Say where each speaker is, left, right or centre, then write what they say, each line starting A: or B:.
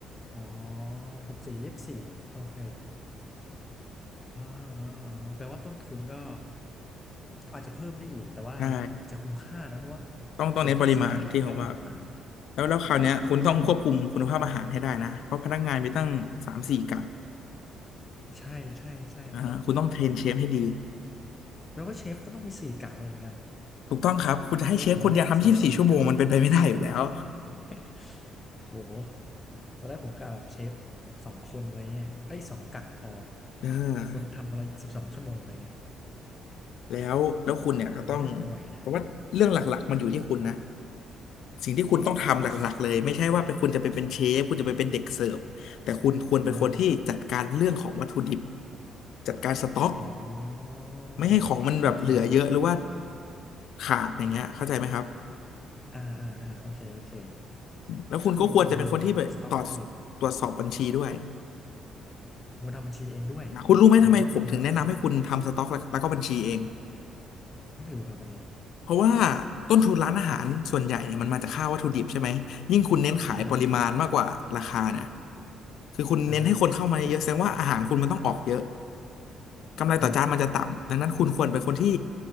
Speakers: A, on the left; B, on the left.
A: อ๋อหกสี่ยี่สิบสี่โอเคอ่าอ่าอ่าแปลว่าต้นทุนก็ก็อาจจะเพิ่มได้อีกแต่ว่าอาจจะคุ้มค่านะเพราะว่า
B: ใช่ ต้องต้องเน้นปริมาณที่ผมว่า
A: เปิดยี่สิบสี่จะขายได้ตลอดเวลานะ
B: แล้วแล้วคราวเนี้ยคุณต้องควบคุมคุณภาพอาหารให้ได้นะเพราะพนักงานมีตั้งสามสี่กะ
A: ใช่ใช่ใช่ต้อง
B: อ่าคุณต้องเทรนเชฟให้ดี
A: แปลว่าเชฟก็ต้องมีสี่กะเลยเหมือนกัน
B: ถูกต้องครับคุณจะให้เชฟคนเดียวทำยี่สิบสี่ชั่วโมงมันเป็นไปไม่ได้อยู่แล้ว
A: รวมถึงพนักงานเสิร์ฟสี่กะ <laughs> โหตอนแรกผมกะแบบเชฟสองคนอะไรเงี้ยไอ้ยสองกะพอ
B: อ่า
A: คนทำคนละสิบสองชั่วโมงอะไรเงี้ย
B: แล้วแล้วคุณเนี่ยก็ต้อง
A: แต่ไม่น่าจะไหวนะ
B: แต่ว่าเรื่องหลักๆมันอยู่ที่คุณนะสิ่งที่คุณต้องทำหลักๆเลยไม่ใช่ว่าไปคุณจะไปเป็นเชฟคุณจะไปเป็นเด็กเสิร์ฟแต่คุณควรเป็นคนที่จัดการเรื่องของวัตถุดิบ
A: อ่าอ่า
B: จัดการสต็อก
A: อ๋อ
B: ไม่ให้ของมันแบบเหลือเยอะหรือว่า
A: โอเค
B: ขาดอย่างเงี้ยเข้าใจไหมครับ
A: อ่าอ่าอ่าโอเคโอเค
B: แล้วคุณก็ควรจะเป็นคนที่ไปตรวจ
A: ก็คือเป็นคนดูสต็อกวัตถุดิบ
B: ตรวจสอบบัญชีด้วย
A: เป็นคนทำบัญชีเองด้วย
B: อ่ะคุณรู้ไหมทำไมผมถึงแนะนำให้คุณทำสต็อกแล้วแล้วก็บัญชีเอง
A: อ่าฮะอ่าฮะไม่รู้ครับอันนี้
B: เพราะว่าต้นทุนร้านอาหารส่วนใหญ่เนี่ยมันมาจากค่าวัตถุดิบใช่ไหมยิ่งคุณเน้นขายปริมาณมากกว่าราคาเนะ
A: อ่า
B: คือคุณเน้นให้คนเข้ามาเยอะแสดงว่าอาหารคุณมันต้องออกเยอะ
A: อ่าฮะ
B: กำไรต่อจานมันจะต่ำดังนั้นคุณควรเป็นคนที่
A: อ่า